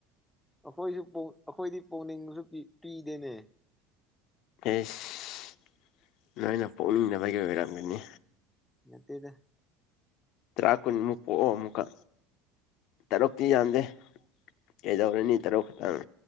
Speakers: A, in the centre; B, on the left (about 60°).
A: ꯑꯩꯈꯣꯏꯁꯨ ꯄꯣꯛ ꯑꯩꯈꯣꯏꯗꯤ ꯄꯣꯛꯅꯤꯡꯉꯁꯨ ꯄꯤꯗꯦꯅꯦ
B: ꯏꯁ ꯅꯣꯏꯅ ꯄꯣꯛꯅꯤꯡꯗꯕꯒꯤ ꯑꯣꯏꯔꯝꯒꯅꯤ
A: ꯅꯠꯇꯦꯗ
B: ꯇ꯭ꯔꯥ ꯀꯨꯟ ꯃꯨꯛ ꯄꯣꯛꯑꯣ ꯑꯃꯨꯛꯀ ꯇꯔꯨꯛꯇꯤ ꯌꯥꯝꯗꯦ ꯀꯩꯗꯧꯔꯨꯅꯤ ꯇꯔꯨꯛ ꯈꯛꯇꯪ